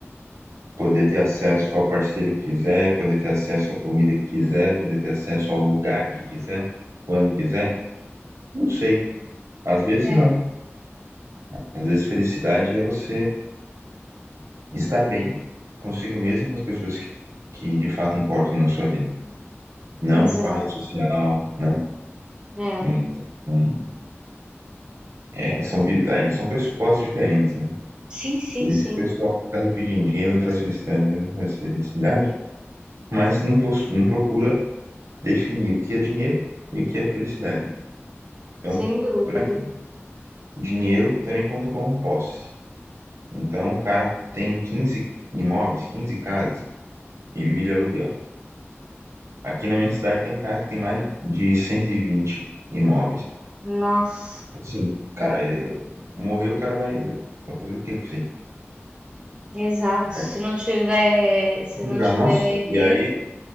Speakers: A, on the right; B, on the right.
A: poder ter acesso ao parceiro que quiser, poder ter acesso à comida que quiser, poder ter acesso ao lugar que quiser, quando quiser. Não sei. Às vezes não.
B: é,
A: Às vezes felicidade é você estar bem consigo mesmo e com as pessoas que, que de fato importam na sua vida, não
B: exato,
A: com a rede social, né?
B: é.
A: Então, é, são, vi- aí são pressupostos diferentes, né?
B: Sim, sim,
A: Por
B: sim,
A: isso que o pessoal que está pedindo dinheiro não traz felicidade, não traz felicidade, mas não, pos- não procura definir o que é dinheiro e o que é felicidade. Então,
B: sem dúvida.
A: para mim, dinheiro também conta como posse. Então, o cara tem 15 imóveis, 15 casas e vive de aluguel. Aqui na minha cidade tem um cara que tem mais de 120 imóveis.
B: Nossa,
A: Assim, cara, ele morreu, o cara vai, vai fazer o quê com isso? aí?
B: exato.
A: É
B: Se não tiver, se
A: complicado.
B: não tiver
A: Nossa,
B: herdeiro
A: e aí,